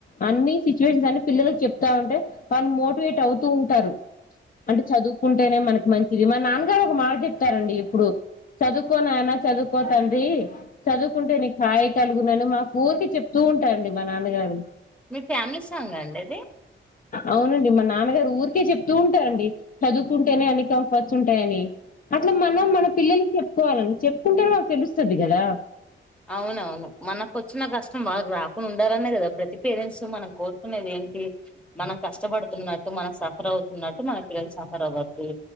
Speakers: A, on the left; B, in the centre.
A: అన్ని సిచువేషన్స్ అన్ని పిల్లలలకు చెప్ ఉంటే వాళ్ళు మోటివేట్ అవుతూ ఉంటారు అంటే చదువుకుంటేనే మనకి ఇది మా నాన్నగారు ఒక మాట చెప్తారండి ఇప్పుడు చదువుకో నయన చదువుకో తండ్రి చదువుకుంటే నీ కాయ కలుగునలు మా ఊరికి చెప్తూ ఉంటారండి మా నాన్నగారు
B: మీ ఫ్యామిలీ సాంగ్ అండి అది
A: అవునండి మా నాన్నగారు ఊరికే చెప్తూ ఉంటారండి చదువుతుంటేనే అని కంఫర్ట్స్ ఉంటాయని అట్లా మనం మన పిల్లలకి చెప్పుకోవాలని చెప్పుకుంటే మాకు తెలుస్తుంది కదా
B: అవునవును మనకోచ్చిన కష్టం వాళ్లకి రా ఉండాలనే కదా ప్రతి పేరెంట్స్ మనం కోరుకునేది ఏంటి మనం కష్టపడుతున్నటు మనం సఫర్ అవుతున్నట్టు మన పిల్లలు సఫర్ అవదు